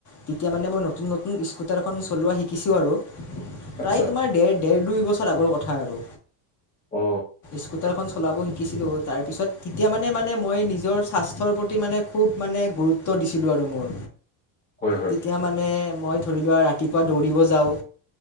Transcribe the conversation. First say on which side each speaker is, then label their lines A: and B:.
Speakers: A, on the left (about 40°); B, on the left (about 20°).
A: তেতিয়া মানে মই নতুন-নতুন স্কুটাৰখন চলোৱা শিকিছোঁ আৰু, প্ৰায়
B: আচ্ছা
A: তোমাৰ ডেৰ-ডেৰ দুই বছ আগৰ কথা আৰু।
B: অ
A: স্কুটাৰ খন চলাব শিকিছিলোঁ, তাৰপিছত তেতিয়া মানে-মানে মই নিজৰ স্বাস্থ্যৰ প্ৰতি মানে খুব মানে গুৰুত্ব দিছিলোঁ আৰু মোৰ।
B: হয় হয়
A: তেতিয়া মানে মই ধৰি লোৱা ৰাতিপুৱা দৌৰিব যাওঁ।